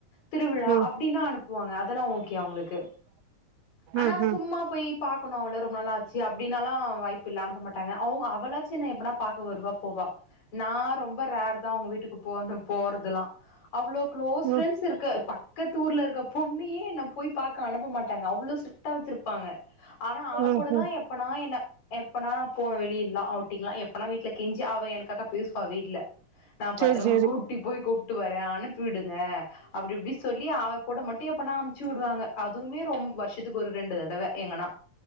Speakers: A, on the left (about 60°); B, on the right (about 85°).
A: திருவிழா
B: ம்
A: அப்டின்னா அனுப்புவாங்க அதல்லாம் ஓகே அவங்களுக்கு ஆனா
B: ம் ம்
A: சும்மா
B: ம்
A: போய் பாக்கணும் அவள ரொம்ப நாளா ஆச்சு அப்டின்னாலா வாய்ப்பு இல்ல அனுப்ப மாட்டாங்க அவங்க அவளாச்சி என்ன எப்பனா பா்க்க வருவா போவா நா ரொம்ப ரேர் தா அவுங்க வீட்டுக்கு போ போறதல்லாம் அவ்ளோ க்ளோஸ்
B: ம்
A: ஃப்ரெண்ட்ஸ்
B: ம்
A: இருக்க பக்கத்து ஊர்ல இருக்க பொன்னையே என்ன போய் பாக்க அனுப்ப மாட்டாங்க அவ்ளோ ஸ்ட்ரிட்டா வச்சிருப்பாங்க ஆனா அவ
B: ம்
A: கூடதா
B: ம்
A: எப்பனா என்ன எப்பனா நா போவே வெளில்லா அவுட்டிங்ல்லா எப்பனா வீட்ல கெஞ்சி அவ எனக்காக பேசுவா வீட்ல நா பத்ரமா
B: சேரி சேரி
A: கூ ட்டு போய் கூப்ட்டு வரே அனுப்பி விடுங்க அப்டி இப்டி சொல்லி அவ கூட மட்டு எப்பனா அமுச்சு விடுவாங்க அதுமே ரொம் வருஷத்துக்கு ஒரு ரெண்டு தடவ எங்கனா